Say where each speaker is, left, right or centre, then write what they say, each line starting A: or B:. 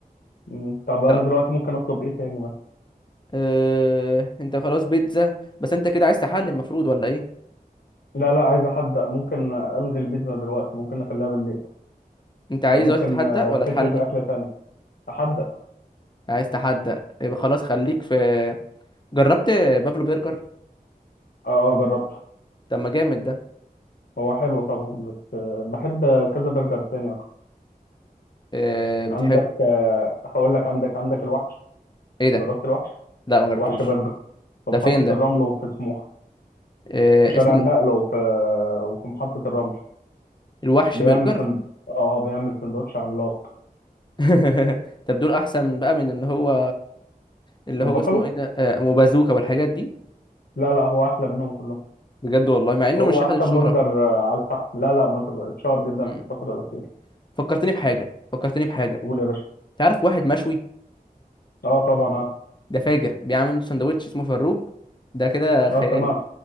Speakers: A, on the left (about 85°); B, on the left (about 30°).
A: مم.
B: <laughs>
A: طب انا
B: طب
A: دلوقتي ممكن اطلب ايه تاني مثلا
B: اه... انت خلاص بيتزا بس انت كده عايز تحلي المفروض ولا ايه
A: لا لا عايز احدق ممكن الغي البيتزا دلوقتي ممكن نخليها بالليل
B: انت عايز
A: فممكن
B: دلوقتي تتحدى
A: آه،
B: ولا تحلي
A: فكره اكله تانية احدق
B: عايز تحدى يبقى خلاص خليك في جربت بافلو برجر
A: اه اه جربت
B: طب ما جامد ده
A: هو حلو طبعا بس آه، بحب كذا برجر تاني اكتر
B: اه... بتحب
A: عندك آه، هقول لك عندك عندك الوحش
B: ايه ده
A: جربت الوحش
B: لا ما جربتوش
A: الوحش برجر في محطة
B: ده فين ده
A: الرمل وفي سموحة
B: اه...
A: في شارع
B: اسمه
A: النقل وفي آه، وفي محطة الرمل
B: الوحش
A: بيعمل
B: برجر
A: سند... اه بيعمل سندوتش عملاق
B: <laughs> طب دول احسن بقى من اللي هو اللي
A: من
B: هو
A: بافالو
B: اسمه ايه ده اه... أم بازوكا والحاجات دي
A: لا لا هو احلى منهم كلهم
B: بجد والله مع انه
A: هو
B: مش هياخد
A: احسن
B: الشهرة
A: برجر آه، على الفحم لا لا مش- اتشهر جدا
B: مم.
A: في الفترة الأخيرة
B: فكرتني بحاجة فكرتني بحاجة
A: قول يا باشا
B: تعرف واحد مشوي
A: اه طبعا عارف
B: ده فاجر بيعمل عنده سندوتش اسمه فروج ده كده خيالي
A: اه سمعت